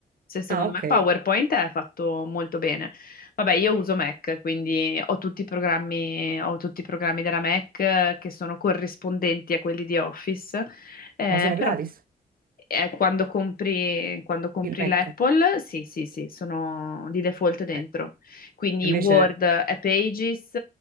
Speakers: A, on the left (about 65°); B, on the right (about 60°).
A: Cioè, secondo
B: Ah, ok.
A: me PowerPoint è fatto molto bene. Vabbè, io uso Mac, quindi ho tutti i programmi, ho tutti i programmi della Mac eh, che sono corrispondenti a quelli di Office, eh,
B: Ma sono
A: però
B: gratis
A: eh, quando compri, quando compri
B: il Mac.
A: l'Apple, sì, sì, sì, sono di default dentro.
B: Ecco.
A: Quindi
B: Invece,
A: Word è Pages,